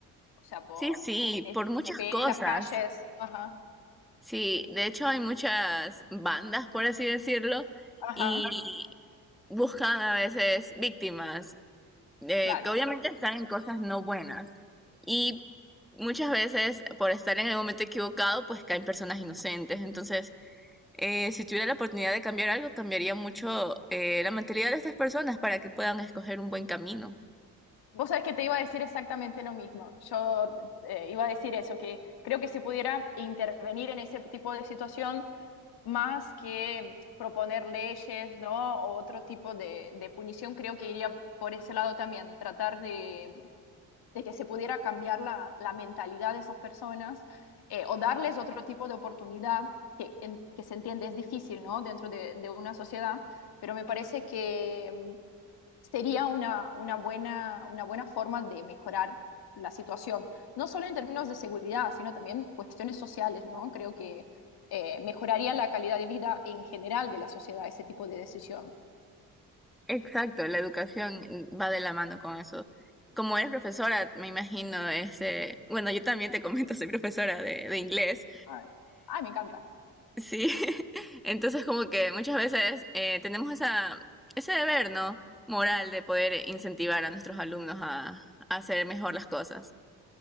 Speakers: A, on the left; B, in the centre.
A: o sea, por...
B: Sí, sí, por muchas
A: Sí,
B: cosas.
A: en las calles. Ajá,
B: Sí, de hecho hay muchas bandas, por así decirlo,
A: ajá,
B: y buscan a veces víctimas eh,
A: claro.
B: que obviamente están en cosas no buenas. Y muchas veces, por estar en el momento equivocado, pues caen personas inocentes. Entonces, eh, si tuviera la oportunidad de cambiar algo, cambiaría mucho eh, la mentalidad de estas personas para que puedan escoger un buen camino.
A: Vos sabés que te iba a decir exactamente lo mismo. Yo eh, iba a decir eso, que creo que se pudiera intervenir en ese tipo de situación más que proponer leyes, ¿no? O otro tipo de, de punición, creo que iría por ese lado también, tratar de, de que se pudiera cambiar la, la mentalidad de esas personas eh, o darles otro tipo de oportunidad que, en- que se entiende es difícil, ¿no? Dentro de, de una sociedad, pero me parece que mm, sería una, una buena, una buena forma de mejorar la situación, no solo en términos de seguridad, sino también cuestiones sociales, ¿no? Creo que eh, mejoraría la calidad de vida en general de la sociedad ese tipo de decisión.
B: Exacto, la educación va de la mano con eso. Como eres profesora, me imagino, este, bueno, yo también te comento, soy profesora de, de inglés.
A: Ay, ay, me encanta.
B: Sí, <laughs> entonces como que muchas veces eh, tenemos esa, ese deber, ¿no? Moral de poder incentivar a nuestros alumnos a, a hacer mejor las cosas.